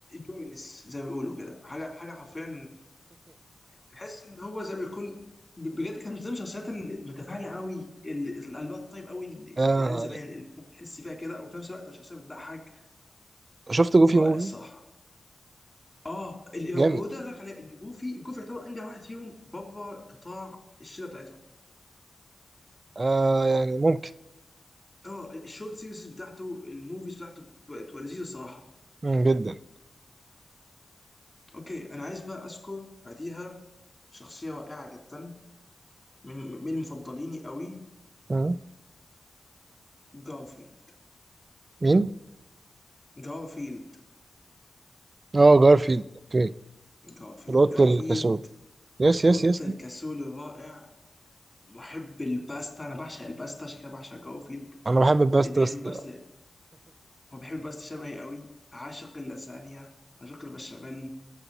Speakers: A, on the left; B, on the right.
A: جوينس زي ما بيقولوا كده حاجه حاجه حرفيا تحس ان هو زي ما يكون ب- بجد كان زي من ضمن الشخصيات المتفاعله قوي اللي القلبها طيب قوي اللي
B: آه
A: من ايام زمان اللي انت بتحس فيها كده وفي نفس الوقت شخصيه بتضحك
B: شفت جوفي
A: رائع
B: موفي
A: الصراحه اه اللي
B: جامد
A: هو هو ده اللي بقولك عليه ان جوفي جوفي يعتبر انجح واحد فيهم بره قطاع الشله بتاعتهم
B: آه يعني ممكن
A: اه الشورت سيريز بتاعته الموفيز بتاعته بتبقى بتبقى لذيذه الصراحه
B: مم جدا
A: اوكي انا عايز بقى اذكر بعديها شخصيه رائعه جدا من من مفضليني قوي
B: مم.
A: جارفيلد
B: مين؟
A: جارفيلد
B: اه جارفيلد اوكي
A: جارفيلد
B: القط
A: جارفيلد
B: الكسول يس يس
A: اوضه
B: يس
A: الكاسول الرائع محب الباستا انا بعشق الباستا عشان كده بعشق جوفيلد
B: انا بحب الباسترس
A: اللي بيحب الباستا
B: <laughs>
A: هو بيحب الباستا شبهي قوي عاشق اللازانيا عاشق البشاميل